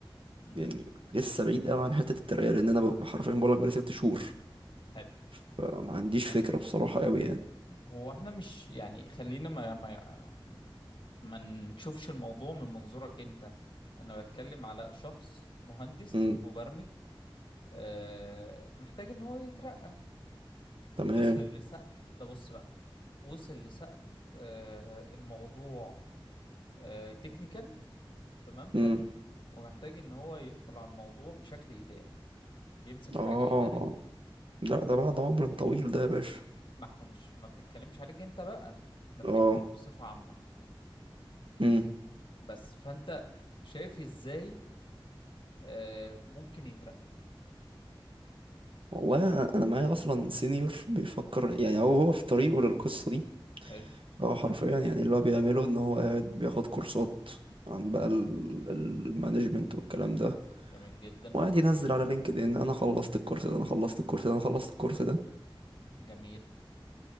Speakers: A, on the left; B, on the right.
A: مم.
B: يعني لسه بعيد قوي عن حتة الترقية لان انا ببقى حرفيا بقولك بقالي ست شهور
A: حلو
B: فما عنديش فكرة بصراحة قوي يعني
A: هو احنا مش يعني خلينا ما ما ما نشوفش الموضوع من منظورك انت انا بتكلم على شخص مهندس
B: امم
A: مبرمج آه، محتاج ان هو يترقى
B: تمام
A: وصل لسقف ده بص بقى وصل لسقف آه الموضوع آه تكنيكال تمام فني
B: امم
A: ومحتاج ان هو يدخل على الموضوع بشكل اداري يمسك
B: اه
A: حاجة ادارية
B: لا ده بعد عمر طويل ده يا باشا
A: ما احنا مش ما بنتكلمش عليك انت بقى احنا بنتكلم
B: اه
A: بصفة عامة
B: امم
A: بس فانت شايف ازاي آه ممكن يترقى
B: والله انا معايا اصلا سينيور بيفكر يعني هو هو في طريقه للقصه دي
A: حلو
B: هو حرفيا يعني اللي هو بيعمله ان هو قاعد بياخد كورسات عن بقى
A: تمام
B: ال- المانجمنت والكلام ده
A: جميل جدا
B: وقاعد ينزل على لينكد ان انا خلصت الكورس ده انا خلصت الكورس ده انا خلصت الكورس ده
A: جميل